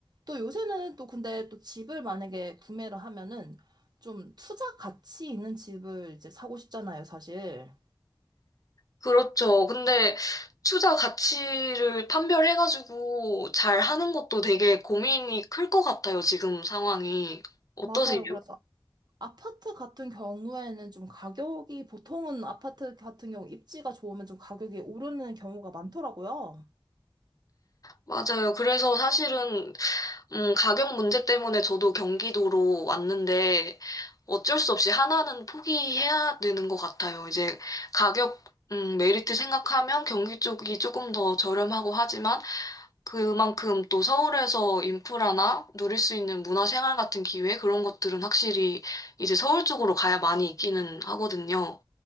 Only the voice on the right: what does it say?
또 요새는 또 근데 또 집을 만약에 구매를 하면은 좀 투자 가치 있는 집을 이제 사고 싶잖아요, 사실.
맞아요. 그래서 아파트 같은 경우에는 좀 가격이 보통은 아파트 같은 경우 입지가 좋으면 좀 가격이 오르는 경우가 많더라고요.